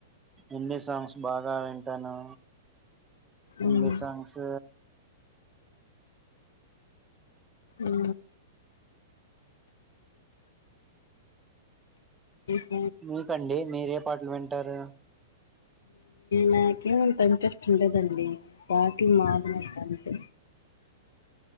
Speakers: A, on the right; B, on the left.
A: హిందీ సాంగ్స్ బాగా వెన్ టను హిందీ
B: ఉమ్
A: సంగ్స్
B: ఉ ఉ
A: మీకండి మీరే ఎ పాటలు వింటారు
B: నాకేం అంత ఇంట్రెస్ట్ ఉండదండి బాకి మారిన అంతే